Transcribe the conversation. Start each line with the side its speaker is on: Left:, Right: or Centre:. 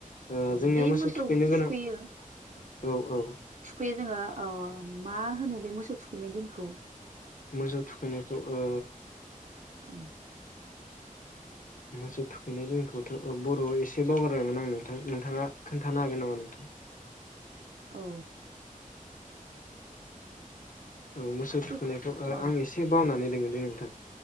Left: ओ
Right: औ
Left: जोंनिया
Right: बे
Left: मोसौ थुखैनो
Right: थुखैयो
Left: गोनां औ औ।
Right: खैयो जोङो ओ मा होनो बे मोसौ थुखैनाय दिनखौ।
Left: मोसौ थुखैनायखो ओ
Right: औ।
Left: मोसौ थुखैनाय दिनखौथ ओ बर एसे एसे बावगारबायमोन आं नोंथां नोंथाङा खोन्थानो हागोन नामा नोंथां।
Right: औ।
Left: औ मोसौ
Right: <unintelligible>
Left: थुखैनायखौ ओ
Right: औ
Left: आं एसे बावनानै दोङो दै नोंथां